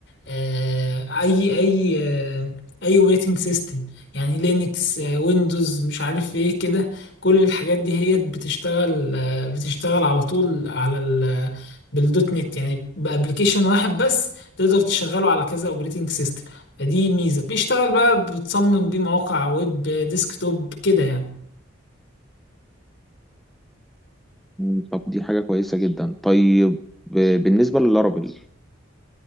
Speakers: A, on the left; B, in the centre.
A: آه، اي اي آه، اي اوبريتنج سيستم يعني لينكس آه، ويندوز مش عارف ايه كده كل الحاجات دي هي بتشتغل آه، بتشتغل على طول على ال بالدوت نت يعني بابلكيشن واحد بس تقدر تشغله على كذا اوبريتنج سيستم فدي ميزة بيشتغل بقى بتصمم بيه مواقع ويب ديسكتوب كده يعني
B: مم، طب دي حاجة كويسة جدا طيب آه، بالنسبة للارابل